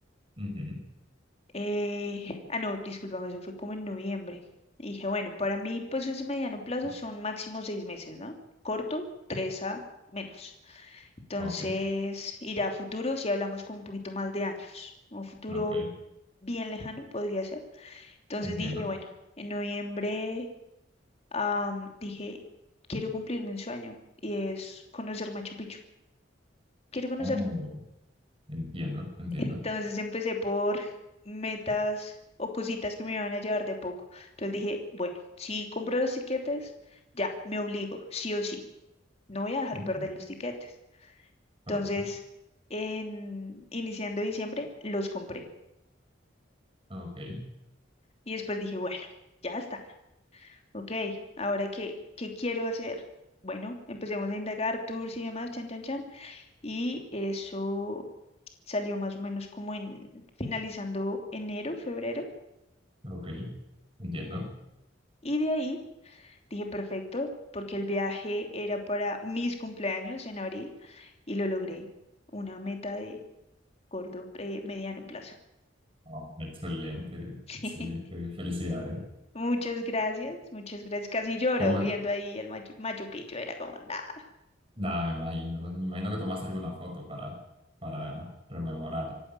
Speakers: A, on the right (about 30°); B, on the left (about 30°).
A: Ujú.
B: eh, ah, no, discúlpame, eso fue como en noviembre. Y dije, bueno, para mí, pues ese mediano plazo
A: sí.
B: son máximo seis meses, ¿no? Corto, tres a menos. Entonces,
A: Ok,
B: y ya a futuro, si hablamos como un poquito más de años, un futuro
A: ok,
B: bien lejano podría ser. Entonces
A: entiendo.
B: dije, bueno, en noviembre, am, dije, quiero cumplirme un sueño, y es conocer Machu Picchu. Quiero conocerlo
A: Oh, entiendo, entiendo.
B: Entonces empecé por metas o cositas que me iban a llevar de poco. Entonces dije, bueno, si compro los tiquetes, ya, me obligo, sí o sí. No voy a dejar
A: Ujú,
B: perder los tiquetes.
A: Correcto.
B: Entonces, en, iniciando diciembre, los compré.
A: Ok,
B: Y después dije, bueno, ya están. Ok, ¿ahora qué? ¿Qué quiero hacer? Bueno, empecemos a indagar tours y demás, chan, chan, chan. Y eso salió más o menos como en finalizando enero, febrero.
A: ok, entiendo.
B: Y de ahí Dije, perfecto, porque el viaje era para mis cumpleaños en abril y lo logré. Una meta de corto, eh, mediano plazo. <laughs>
A: Oh, excelente,
B: Sí.
A: excelente. Felicidades.
B: Muchas gracias, muchas gracias. Casi lloro
A: ¿Cómo?
B: viendo
A: es?
B: ahí el Machu, Machu Picchu, era como nada.
A: Nada, me imagino. Me imagino que tomaste alguna foto para, para rememorar.